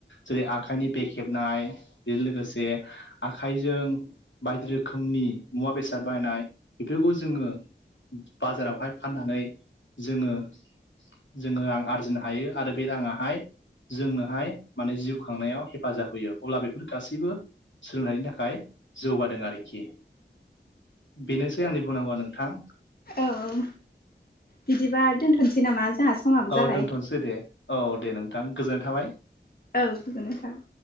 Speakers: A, on the left (about 85°); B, on the left (about 55°).
A: जेरै आखाइनि बेक हेबनाय बेजों लोगोसे आखाइजों बायदि रोखोमनि मुवा-बेसाद बायनाय। बेफोरखौ जोङो बाजारावहाय फाननानै जोङो जोङो रां आरजिनो हायो आरो बे राङाहाय जोंनोहाय माने जिउ खांनायाव हेफाजाब होयो अब्ला बेफोर गासैबो सोलोंथायाइनि थाखाय जौगादों आरोखि बेनोसै आंनि बुंनांगौआ नोंथां।
B: औ औ बिदिबा दोनथ'नोसै नामा जोंहा समाबो
A: औ
B: जाबाय
A: दोनथ'सै दे औ दे नोंथां गोजोननाय थाबाय।
B: औ गोजोननाय थाबाय।